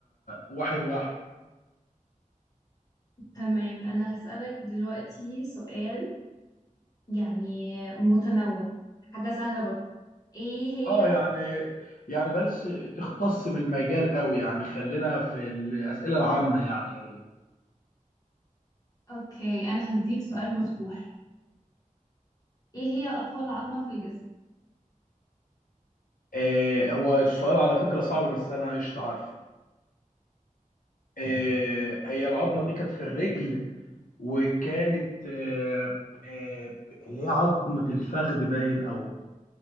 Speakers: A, on the left; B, on the left.
A: واحد واحد
B: تمام انا هسألك دلوقتي سؤال يعني متنوع حاجة سهلة برضو ايه هي
A: اه يعني يعني بلاش تختص بالمجال قوي يعني خلينا في الأسئلة العامة يعني يا ريت
B: اوكي انا هديك سؤال مفتوح ايه هي اطول عظمة في الجسم
A: آه هو السؤال على فكرة صعب بس أنا قشطة عارفه آه هي العظمة دي كانت في الرجل وكانت آه آه اللي هي عظمة الفخذ باين أو